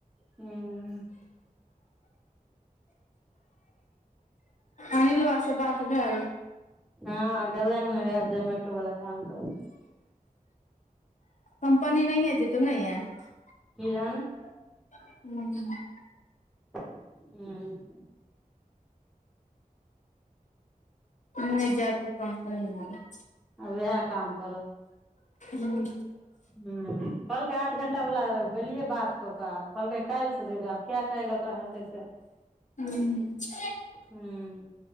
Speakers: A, in the centre; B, on the left.
A: हूं।
B: अनिलवा से बात भेल?
A: हां गैले हन नै वैह ज़ोमेटो वला काम करे लै।
B: कम्पनी नहियै जते उ नै यै? हूं।
A: की जाने हूं।
B: नै जाएत उ कम्पनी में यै।
A: आब वहै काम करत।
B: हूं।
A: हुं कहलकै आठ घंटा बला गेलियै बात कऽ कऽ कहलकै काएल से जेबै आब। कै के अइलय ओकरा हाथे से।
B: हूं।
A: हूं।